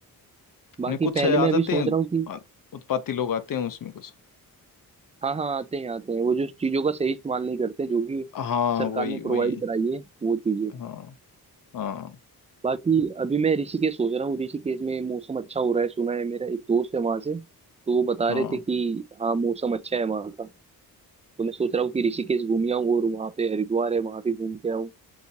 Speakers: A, on the right (about 20°); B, on the left (about 60°).
A: बाकी
B: नहीं कुछ
A: पहले
B: है, आ
A: मैं
B: जाते
A: अभी सोच
B: हैं
A: रहा हूँ
B: आ- उत्पाती लोग आते हैं उसमें कुछ
A: हाँ हाँ आते हैं आते हैं वो जो चीजों का सही इस्तेमाल नहीं करते जो कि
B: हाँ
A: सरकार
B: वही
A: ने प्रोवाइड
B: वही
A: कराई है वो चीजें
B: हाँ हाँ
A: बाकी अभी मैं ऋषिकेश सोच रहा हूँ ऋषिकेश में मौसम अच्छा हो रहा है सुना है मेरा एक दोस्त है वहां से तो वो बता
B: हाँ
A: रहे थे कि हाँ मौसम अच्छा है वहाँ का तो मैं सोच रहा हूँ कि ऋषिकेश घूम आऊँ और वहाँ पे हरिद्वार है वहाँ पे घूम के आऊँ